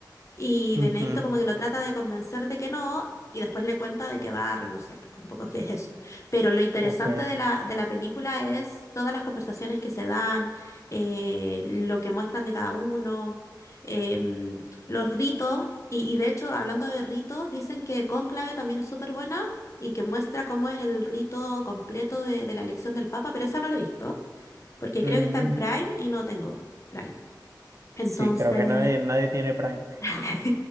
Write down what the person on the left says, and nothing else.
y
Benedicto como que lo trata de convencer de que no, y después le cuenta de que va a renunciar, un poco que es eso. Pero lo interesante
de la, de la película es todas las conversaciones que se dan, eh, lo que muestran de cada uno, em, los ritos, y, y de hecho, hablando de ritos, dicen que Cónclave también es súper buena y que muestra cómo es el rito completo de, de la elección del Papa, pero esa no la he visto, porque creo
que está en Prime y no tengo Prime. Entonces...
<laughs>